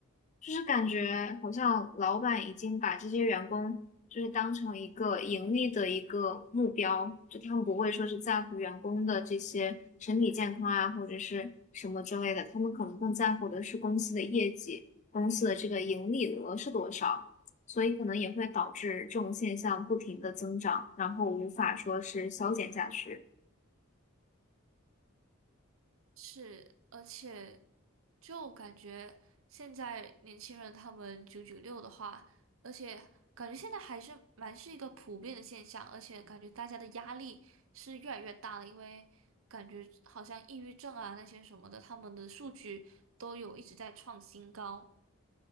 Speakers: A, on the left (about 35°); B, on the right (about 70°).
A: 就是感觉好像老板已经把这些员工就是当成一个盈利的一个目标，就他们不会说是在乎员工的这些身体健康啊，或者是什么之类的，他们可能更在乎的是公司的业绩，公司的这个盈利额是多少，所以可能也会导致这种现象不停的增长，然后无法说是消减下去。
B: 是，而且就感觉现在年轻人他们九九六的话，而且感觉现在还是蛮是一个普遍的现象，而且感觉大家的压力是越来越大了，因为感觉好像抑郁症啊那些什么的，他们的数据都有一直在创新高。